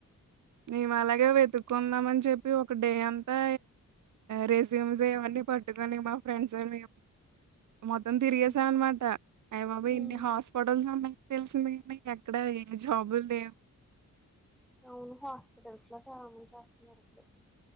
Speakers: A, on the right; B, in the centre.
A: మేము అలాగే వెతుక్కుందాం అని చెప్పి ఒక డే అంతా రేస్ జిమ్స్ ఏవన్నీ పట్టుకని మా ఫ్రెండ్స్ మేము మొత్తం తిరిగసా
B: ఉమ్
A: అనమాట ఐ బాబోయ్
B: ఉమ్
A: ఇన్ని హాస్పటల్స్ ఉన్నాయి తెలిసిందిడి ఎక్కడ జాబులు లేవు
B: అవును హాస్పిటల్స్ లో చాల <unintelligible> చేస్తున్నారు ఇప్పుడు